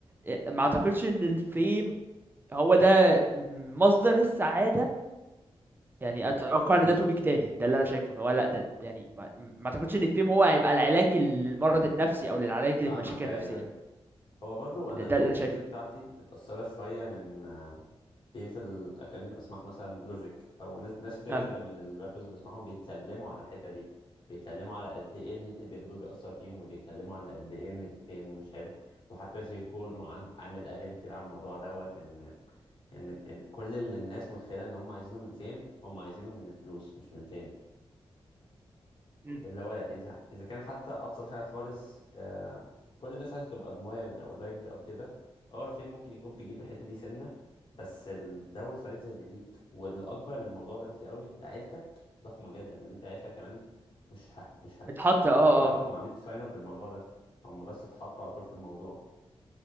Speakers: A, on the right; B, on the left.
A: آه، ما اعتقدش ان الفيم هو ده مصدر السعاده يعني اتوقع ان ده توبيك تاني ده اللي انا شايفه ان هو لا ده يعني ما, ما اعتقدش ان الفيم هو هيبقى العلاج للمرض النفسي او للعلاج للمشاكل
B: فاهمك ايوه
A: النفسيه
B: أيوة.
A: دي
B: هو برضو
A: يعني
B: انا
A: ده, ده
B: البوينت
A: اللي انا شايفه
B: اوف فيو بتاعتي متأثرة شوية من في في الاغاني اللي بسمعها مثلا لوجيك او ناس ناس كتير
A: اه
B: جدا من الرابرز اللي بسمعهم بيتكلموا على الحته دي بيتكلموا على قد ايه الهيت اللي بياخدوه بيأثر فيهم وبيتكلموا على قد ايه ان الفيم مش حلو وحتى جي كول وعند- عامل اغاني كتير على الموضوع دوت ان ان إن كل اللي الناس متخيله ان هم عايزينه من الفيم هم عايزينه من الفلوس مش من الفيم
A: مم.
B: اللي هو اذا اذا كان حتى ابسط حاجه خالص آه كل الناس عايزه تبقى ادمايرد او لايكد او كده اه الفيلم ممكن يكون بيجيب الحته دي سنه بس الداون سايدز اللي ليك واللي اكبر من الموضوع ده بكتير قوي لعيلتك ضخمه جدا ان انت عيلتك كمان مش ه... مش هت
A: بتحط اه
B: مع... اه ما عملتش ساين اب للموضوع ده هم بس اتحطوا على طول في الموضوع